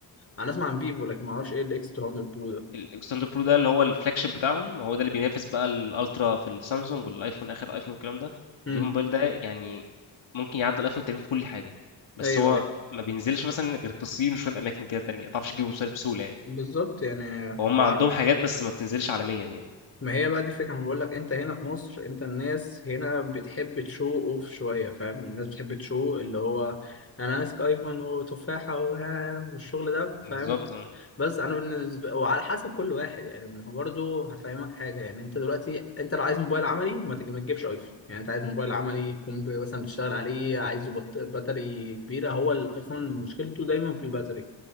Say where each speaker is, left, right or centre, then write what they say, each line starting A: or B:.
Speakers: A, on the left (about 30°); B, on the left (about 65°).
A: انا اسمع عن فيفو لكن ما اعرفش ايه الاكس 200 برو ده
B: الستاند اب برو ده اللي هو الفلاج شيب بتاعهم هو ده اللي بينافس بقى الالترا في السامسونج والايفون اخر ايفون والكلام ده
A: امم
B: البيبي موبايل ده يعني ممكن يعدي الايفون تقريبا في كل حاجه بس
A: ايوه
B: هو
A: ايوه
B: ما بينزلش مثلا غير في الصين وشويه اماكن كده تانية ما تعرفش تجيبه بسهوله بسهولة يعني
A: بالظبط يعني
B: وهم
A: وعر...
B: عندهم حاجات بس ما بتنزلش عالميا يعني
A: ما هي بقى دي الفكره انا بقول لك انت هنا في مصر انت الناس هنا بتحب تشو اوف شويه فاهم الناس بتحب تشو اللي هو انا ماسك ايفون وتفاحه وها- والشغل ده
B: بالظبط
A: فاهم
B: اه.
A: بس انا بالنسبه وعلى حسب كل واحد يعني ما هو برضه هفهمك حاجه يعني انت دلوقتي انت لو عايز موبايل عملي ما تجي- ما تجيبش ايفون يعني انت عايز موبايل عملي يكون ب- مثلا بتشتغل عليه عايزه بط- باتري كبيره هو الايفون مشكلته دايما في الباتري